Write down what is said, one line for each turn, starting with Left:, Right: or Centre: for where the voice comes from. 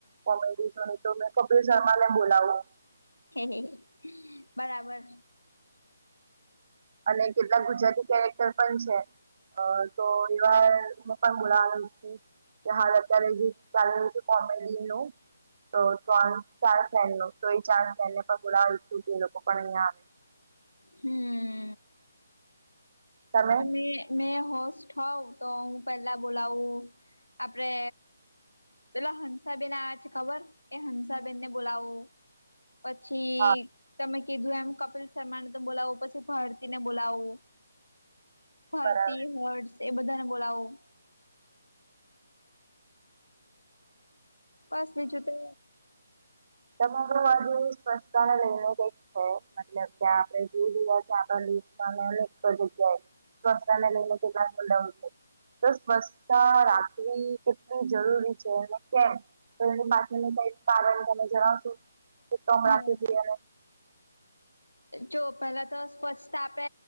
Right: કોમેડી શૉ તો મે કપિલ શર્મા ને બોલાવું.
Left: હે હે બરાબર.
Right: અને કેટલાક ગુજરાતી કેરેક્ટર પણ છે. અ તો એ વાર હું પણ બોલાવાની છું. કે હાલ અત્યારે જે ચાલ રહ્યું છે કોમેડી નું. તો ત્રણ ચાર ફ્રેન્ડનો તો એ ચાર ફ્રેન્ડને પણ બોલાવવા ઇચ્છું કે એ લોકો પણ અહીયાં આવે.
Left: હમ.
Right: તમે
Left: તો મે મે હોસ્ટ હોઉ તો હું પેલા બોલાવું આપરે પેલો હંસાબેન આવે છે ખબર એ હંસાબેન ને બોલાવુ. પછી
Right: હા
Left: તમે કીધું એમ કપિલ શર્માને તો બોલાવું પછી ભારતીને બોલાવું. ભારતી,
Right: બરાબર
Left: હર્ષએ બધાને બોલાવું. બસ બીજું તો
Right: સમગ્રવાદી સ્વચ્છતાને લઈને કંઈક છે મતલબ કે આપણેે જોઈ રહયા છે આપણા દિશામા અનેક જગ્યાએ સ્વચ્છતા ને લઈને કેટલાક <unintelligible> તો સ્વચ્છતા રાખવી કેટલી જરૂરી છે અને કેમ? તો એના માટેનું કઈક કારણ તમે જણાવશો કે કમણાથી
Left: હા
Right: જઈ અને
Left: જો પેલા તો સ્વચ્છતા આપે